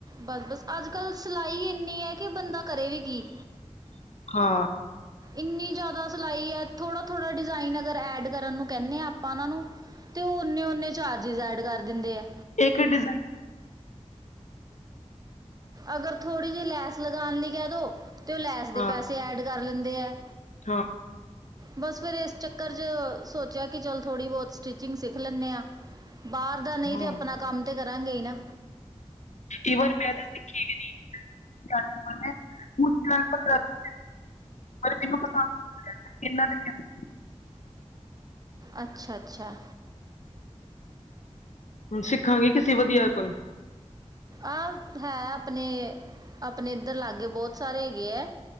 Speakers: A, on the right; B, on the left.
A: ਬਸ-ਬਸ ਅੱਜ- ਕੱਲ੍ਹ ਸਿਲਾਈ ਇੰਨੀ ਏ ਕਿ ਬੰਦਾ ਕਰੇ ਵੀ ਕੀ?
B: ਹਾਂ
A: ਇੰਨੀ ਜ਼ਿਆਦਾ ਸਿਲਾਈ ਏ ਥੋੜ੍ਹਾ-ਥੋੜ੍ਹਾ ਡਿਜ਼ਾਇਨ ਅਗਰ ਐਡ ਕਰਨ ਨੂੰ ਕਹਿੰਦੇ ਹਾਂ। ਆਪਾਂ ਉਹਨਾਂ ਨੂੰ ਤੇ ਉਹ ਉਹਨੇ-ੳਹਨੇ ਚਾਰਚਿਜ ਐਡ ਕਰ ਦਿੰਦੇ ਐ।
B: ਇੱਕ ਡਿਜ਼ਾਈਨ
A: ਅਗਰ ਥੋੜੀ ਜੀ ਲੈਸ ਲਗਾਣ ਲਈ ਕਹਿ ਦੋ ਤੇ ਉਹ ਲੈਸ ਦੇ
B: ਹਾਂ
A: ਪੈਸੇ ਐਡ ਕਰ ਲੈਂਦੇ ਐ।
B: ਹਾਂ।
A: ਬਸ ਫਿਰ ਇਸ ਚੱਕਰ 'ਚ ਸੋਚਿਆ ਕਿ ਚੱਲ ਥੋੜ੍ਹੀ ਬਹੁਤ ਸਟਿਚਿੰਗ ਸਿੱਖ ਲੈਨ ਆ। ਬਾਹਰ ਦਾ ਨੀ
B: ਹਾਂ
A: ਤੇ ਆਪਣਾ ਕੰਮ ਤੇ ਕਰਾਂਗੇ ਈ ਨਾ
B: ਈਵਨ ਮੈਂ ਤੇ ਸਿੱਖੀ ਵੀ ਨ ਮੈਂ <unintelligible> ਪਰ ਮੈਨੂੰ ਪਤਾ ਕਿੰਨਾ ਕਰ <unintelligible>
A: ਅੱਛਾ ਅੱਛਾ
B: ਸਿੱਖਾਂਗੇ ਕਿਸੇ ਵਧੀਆ ਕੋਲ
A: ਆਹ ਹੈ ਆਪਣੇ, ਆਪਣੇ ਇੱਧਰ ਲਾਗੇ ਬਹੁਤ ਸਾਰੇ ਹੈਗੇ ਐ।